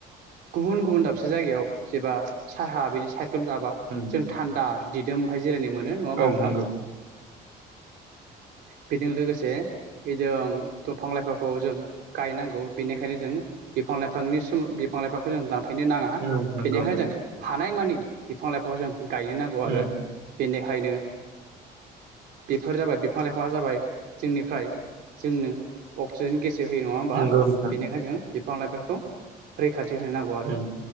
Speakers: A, on the right; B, on the right.
A: गुबुन-गुबुन दाबसे जायगायाव। जेबा साहा बेनि साय एखोम जाबा
B: उम,
A: जों थान्दा। दिदोमैय जिरायनो मोनो नङा होमबा
B: औ
A: नोंथां?
B: नंगौ
A: बेजों लोगोसे जों दंफां-लाइफांखौ जों गायनांगौ बेनिखायनो जों बिफां-लाइफांनिसी बिफां-लाइफांखौ जों दान थायनो नाङा
B: नंगौ नंगौ
A: बेनिखायनो
B: नंगौ
A: जों हानायमानि बिफां-लाइफांखौ जों‌ गायनो नांगौ
B: उम,
A: आरो बेनिखायनो बेफोर जाबाय बिफां-लाइफाङा जाबाय जोंनिफ्राय जोंनो अक्सिजेन गेस जों होयो नङा होमबा
B: नंगौ नोंथां
A: बेनिखायनो जों बिफां-लाइफांखौ रैखाथि थि होनो नांगौ आरो।
B: उम,